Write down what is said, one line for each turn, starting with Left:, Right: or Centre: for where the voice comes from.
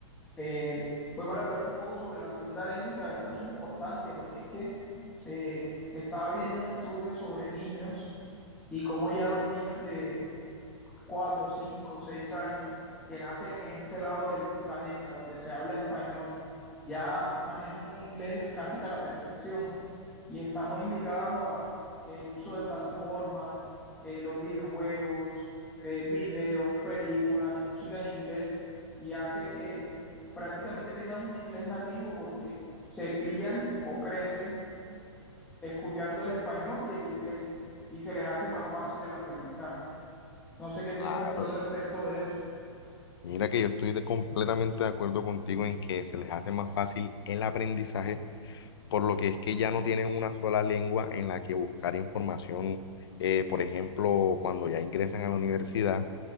Centre: eh, fue para hablar un poco sobre la segunda lengua y la verdad su importancia, porque es que eh, estaba viendo un estudio sobre niños y cómo ya los niños de cuatro, cinco, seis años, que nacen en este lado del planeta donde se habla español, ya manejan un inglés casi que a la perfección y está muy ligado a el uso de plataformas, eh, los videojuegos, eh, videos, películas y música en inglés y hace que prácticamente tengan un inglés nativo porque se crían o crecen escuchando el español y el inglés y se les hace más fácil el aprendizaje. No sé qué
Left: Claro.
Centre: piensas tú al respecto de eso.
Left: Mira que yo estoy de- completamente de acuerdo contigo en que se les hace más fácil el aprendizaje por lo que es que ya no tienen una sola lengua en la que buscar información. Eh, por ejemplo, cuando ya ingresan a la universidad,